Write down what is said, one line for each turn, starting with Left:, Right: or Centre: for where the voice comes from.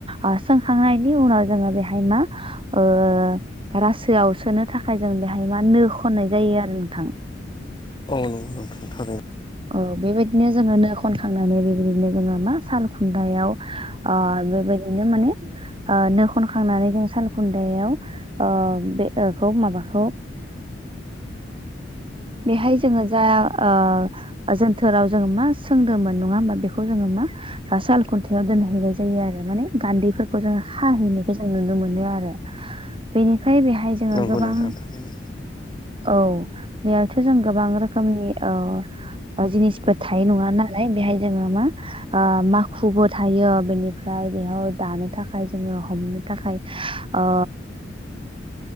Right: आ सोंखांनायनि उनाव जोङो बेहाय मा ओ रासोआव सोनो थाखाय जों बेहाय मा नो खननाय जायो आरो नोंथां
Left: औ नंगौ नोंथां थारै
Right: औ बेबायदिनो जोङो नो खनखांनानै बेबायदिनो जोङो मा साल खुन्दायाव अ बेबायदिनो माने ओ नो खनखांनानै जों साल खुन्दायाव बेखौ माबाखौ बेहाय जोङो जा ओ जोनथोराव जोङो मा सोंदोंमोन नङा होमा बेखौ जोङो मा ओ साल खुन्थायाइाव दोनहैनाय जायो आरो माने गान्दैफोरखौ जों हाहैनायखौ जों नुनो मोनो आरो बेनिफ्राय बेहाय जोङो
Left: नंगौ
Right: गोबां
Left: नोंथां थारैनो
Right: ओ औ बेयावथो जों गोबां रोखोमनि औ जिनिसफोर थायो नङा नालाय बेहाय जोङो मा ओ माखुबो थायो बेनिफ्राय बेयाव दानो थाखाय जोङो हमनो थाखाय ओ